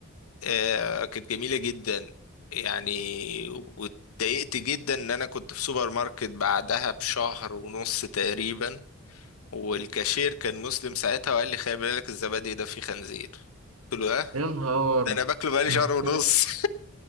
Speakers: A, on the left; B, on the right.
A: آه كانت جميله جدا يعني واتضايقت جدا ان انا كنت في سوبر ماركت بعدها بشهر ونص تقريبا والكاشير كان مسلم ساعتها وقال لي خلي بالك الزبادي ده فيه خنزير قلت له ها
B: يا نهار
A: ده انا باكله بقالي
B: <laughs>
A: شهر ونص